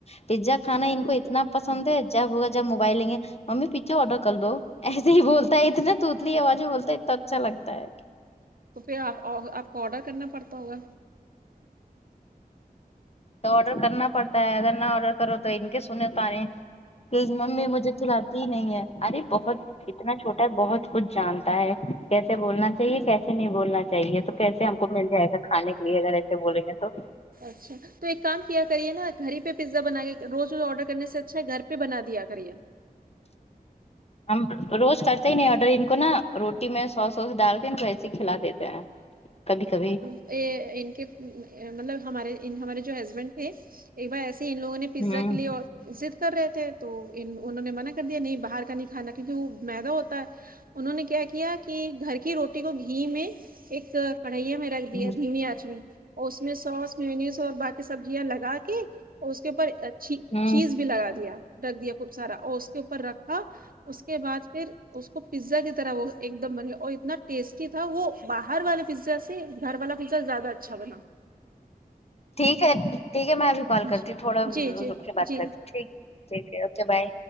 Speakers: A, on the left; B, on the right.
A: پیزا کھانا ان کو اتنا پسند ہے جب ہوگا جب موبائل لیں گے ممی پزا آرڈر کر دو ایسے ہی بولتا ہے اتنا توتلی آواز میں بولتا ہے اتنا اچھا لگتا ہے
B: تو پھر آپ آپ کو آرڈر کرنا پڑتا ہوگا
A: تو آرڈر کرنا پڑتا ہے اگر نہ آرڈر کرو تو ان کے سنے طعنے کے ممی مجھے کھلاتی ہی نہیں ہے ارے بہت اتنا چھوٹا ہے بہت کچھ جانتا ہے کیسے بولنا چاہیے کیسے نہیں بولنا چاہیے چاہیے تو کیسے ہم کو مل جائے گا کھانے کے لیے اگر ایسے بولیں گے تو
B: اچھا تو ایک کام کیا کریے نا گھر ہی پہ پیزا بنا کے روز روز آرڈر کرنے سے اچھا ہے گھر پہ بنا دیا کریے
A: ہم روز کرتے ہی نہیں آرڈر ان کو نا روٹی میں سوس وس ڈال کے ان کو کھلا دیتے ہیں کبھی کبھی
B: ا ان کے مطلب ہمارے ہمارے جو ہسبینڈ تھے ایک بار ایسی ان لوگوں نے پیزا
A: ہوں
B: کے لیے ضد کر رہے تھے تو ان انہوں نے منع کر دیا نہیں باہر کا نہیں کھانا کیونکہ وہ میدا ہوتا ہے انہوں نے کیا کیا کہ گھر کی روٹی کو گھی میں ایک کڑھائیا میں رکھ دیا
A: ہ
B: دھیمی آنچ میں اس میں سوس مینوز اور باقی سبزیاں لگا کے اس کے اوپر چ
A: ہوں
B: چیز بھی لگا دیا رکھ دیا خوب سارا اور اس کے اوپر رکھا اس کے بعد پھر اس کو پیزا کی طرح وہ ایک دم بنے اور اتنا ٹیسٹی تھا وہ باہر والے پیزا سے گھر والا پیزا زیادہ اچھا بنا
A: ٹھیک ہے ٹھیک ہے میں ابھی کال
B: جی
A: کرتی ہوں تھوڑا
B: جی جی
A: رک کے بات
B: جی
A: کرتی ہوں ٹھیک ٹھیک ہے اوکے بائے